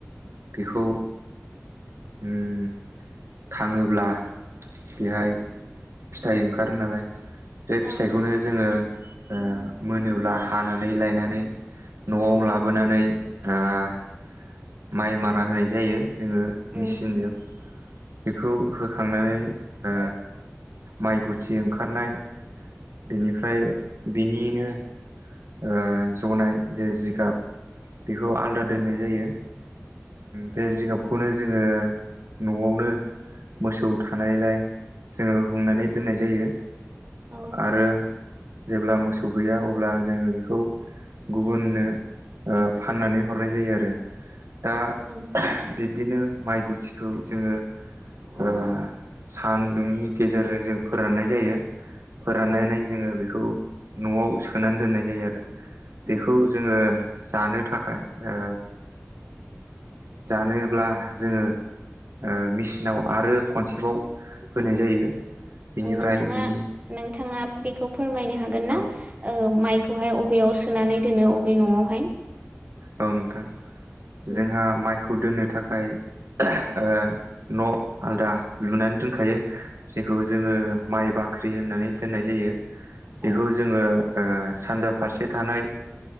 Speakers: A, on the right (about 85°); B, on the right (about 30°).
A: बेखौ उम थाङोब्ला बेहाय फिथाइ ओंखारो नालाय बे
B: औ
A: फिथाइखौनो जोङो ओ मोनोब्ला हानानै लायनानै नआव
B: उम
A: लाबोनानै ओ माइ मारा होनाय जायो जोङो
B: उम
A: मिचिनजों बेखौ होखांनानै ओ माइ गुथि ओंखारनाय बिनिफ्राय बिनिनो ओ जनाय जे जिगाब बेखौ आलदा दोननाय जायो बे
B: उम
A: जिगाबखौनो जोङो नआवनो मोसौ थानायलाय जोङो हुंनानै दोननाय जायो
B: औ
A: आरो जेब्ला मोसौ गैया अब्ला जोङो बेखौ गुबुननो ओ फाननानै हरनाय जायो आरो दा
B: उम
A: बिब्दिनो माइ गुथिखौ जोङो ओ सान्दुंनि गेजेरजों जों फोराननाय जायो फोराननायनाय
B: औ
A: जोङो बेखौ नआव सोनानै दोननाय जायो आरो
B: उम
A: बेखौ जोङो जानो थाखाय ओ जानोब्ला जोङो ओ मिसिनाव आरो खनसेबाव होनाय
B: औ औ
A: जायो बिनिफ्राय
B: औ नोंथाङा
A: बिनि
B: नोंथाङा बेखौ फोरमायनो हागोन ना
A: औ
B: ओ माइ खौहाय अबेयाव सोनानै दोनो अबे नआवहाय
A: औ नोंथां
B: उम
A: जोंहा माइखौ दोननो थाखाय ओ न आलदा लुनानै दोनखायो जेखौ जोङो माइ बाख ख्रि होननानै दोननाय जायो
B: औ
A: बेखौ जोङो ओ सानजा फारसे थानाय